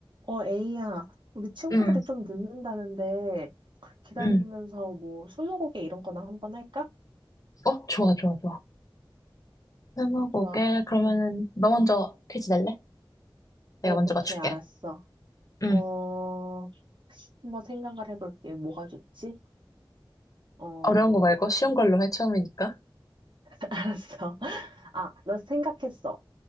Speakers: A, on the right (about 60°); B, on the left (about 40°).
A: 어, 에이야, 우리 친구들이
B: 응,
A: 좀 늦는다는데 기다리면서
B: 응.
A: 뭐 스무고개 이런 거나 한번 할까?
B: 어, 좋아, 좋아, 좋아. 스무고개,
A: 좋아.
B: 그러면은, 너 먼저 퀴즈 낼래? 내가
A: 어,
B: 먼저
A: 오케이,
B: 맞출게.
A: 알았어.
B: 응.
A: 어, 한번 생각을 해볼게. 뭐가 좋지? 어,
B: 어려운 거 말고 쉬운 걸로 해, 처음이니까.
A: <laughs> 알았어. 아, 너 생각했어.